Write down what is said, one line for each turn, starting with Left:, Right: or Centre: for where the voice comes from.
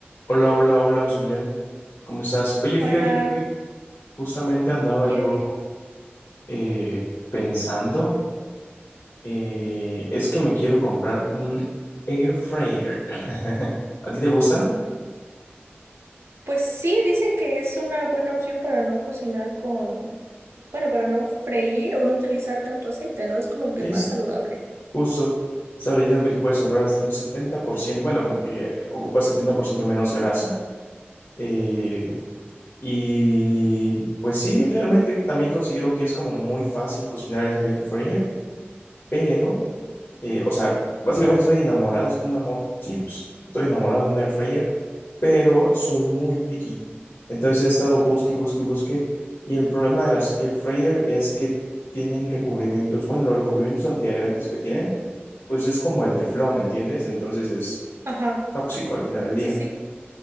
Left: Hola, hola, hola, Zulem. ¿Cómo estás? Oye,
Right: Hola,
Left: fíjate que justamente andaba
Right: bien,
Left: yo
Right: bien.
Left: eh, pensando, eh, es que me quiero comprar un air fryer. <laughs> ¿A ti te gustan?
Right: Pues sí, dicen que es una buena opción para no cocinar con, bueno, para no freír o no utilizar tanto aceite, ¿no? Es como que
Left: Sí,
Right: más
Left: sí,
Right: saludable.
Left: justo. Estaba leyendo que te puedes ahorrar hasta un 70%. bueno, como que eh, ocupa 70% menos grasa. eh, y pues sí, realmente también considero que es como muy fácil cocinar en el air fryer. pero, eh, o sea, básicamente estoy enamorado, es como un amor, sí, pues estoy enamorado de un air fryer, pero soy muy picky. Entonces he estado busque, y busque, y busque, y el problema de las air fryer es que tienen recubrimientos, bueno, los recubrimientos antiadherentes que tienen, pues es como el teflón, ¿entiendes? Entonces es
Right: Ajá,
Left: tóxico al final del día.
Right: sí, sí.